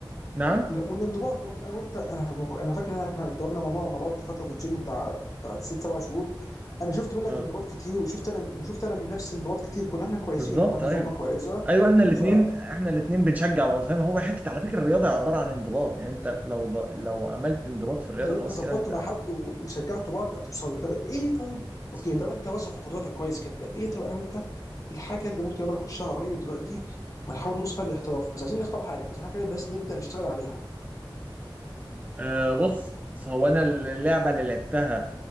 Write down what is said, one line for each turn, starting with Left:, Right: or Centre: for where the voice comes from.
Right: نعم
Left: لا والانضباط برضه انا وانت انا انا فاكر ان احنا اتدربنا مع ماما مع بعض فتره في الجيم بتاع بتاع ست سبع شهور انا شفت منك
Right: أه
Left: انضباط كتير وشفت انا وشفت انا من نفسي انضباط كتير كنا احنا كويسين
Right: بالظبط
Left: عملنا
Right: أيوه
Left: فورمه كويسه
Right: ايوه احنا الاثنين
Left: فلو
Right: احنا الاثنين بنشجع بعض فاهم هو حته على فكره الرياضه عباره عن انضباط يعني انت لو ض... لو عملت انضباط في الرياضه خلاص
Left: انت ظبطت
Right: كده انت
Left: مع حد و- وشجعتوا بعض هتوصلوا طب ايه طيب
Right: بالظبط.
Left: اوكي طب انت واثق في قدراتك كويس كده ايه طب انا وانت الحاجه اللي ممكن يلا نخشها قريب دلوقتي ونحاول نوصل فيها للاحتراف بس عايزين نختار حاجه عايزين حاجه بس نبدا نشتغل عليها
Right: آه بص هو انا اللعبه اللي لعبتها